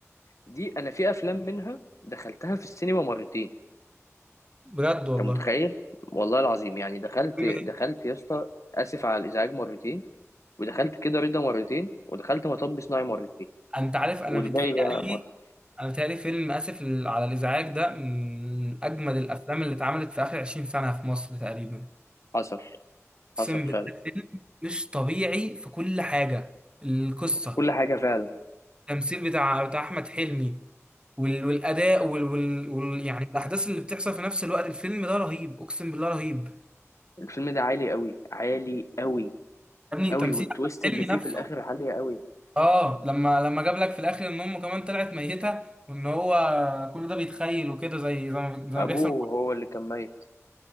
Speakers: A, on the left (about 75°); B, on the right (about 20°).
A: دي انا في افلام منها دخلتها في السينما مرتين
B: بجد والله
A: انت متخيل والله العظيم يعني دخلت
B: فيلم
A: دخلت
B: ايه
A: يا اسطى اسف على الازعاج مرتين ودخلت كده رضا مرتين ودخلت مطب صناعي مرتين
B: انت عارف انا
A: والباقي
B: بيتهيألي
A: بقى مره
B: انا بتهيألي فيلم اسف لل- على الازعاج ده من اجمد الافلام اللي اتعملت في اخر 20 سنه في مصر تقريبا
A: حصل
B: اقسم
A: حصل فعلا
B: بالله فيلم مش طبيعي في كل حاجه القصه
A: كل حاجه فعلا
B: التمثيل بتاع بتاع احمد حلمي وال- والاداء وال... وال... وال... يعني الاحداث اللي بتحصل في نفس الوقت الفيلم ده رهيب اقسم بالله رهيب
A: الفيلم ده عالي قوي عالي قوي
B: يا ابني
A: قوي
B: تمثيل
A: والتويست
B: احمد حلمي
A: اللي فيه
B: نفسه
A: في الاخر عالية قوي
B: اه لما لما جاب لك في الاخر ان امه كمان طلعت ميته وان هو كل ده بيتخيل وكده زي زي ما زي
A: ابوه
B: ما بيحصل
A: هو اللي كان ميت